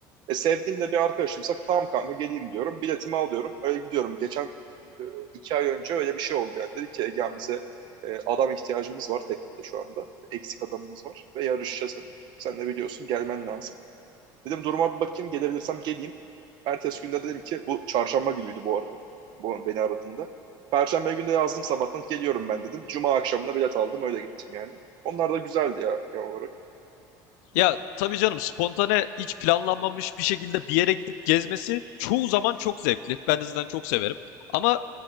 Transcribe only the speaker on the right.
E, sevdiğim de bir arkadaşımsa tamam kanka geleyim diyorum. Biletimi alıyorum. Öyle gidiyorum. Geçen e, iki ay önce öyle bir şey oldu yani. Dedi ki Ege'm bize e, adam ihtiyacımız var teknede şu anda. Eksik adamımız var ve yarışacağız hani. Sen de biliyorsun gelmen lazım. Dedim duruma bir bakayım gelebilirsem geleyim. Ertesi günde dedim ki bu çarşamba günüydü bu arada. Bu beni aradığında. Perşembe günde yazdım sabahtan geliyorum ben dedim. Cuma akşamına bilet aldım öyle gittim yani. Onlar da güzeldi ya genel olarak.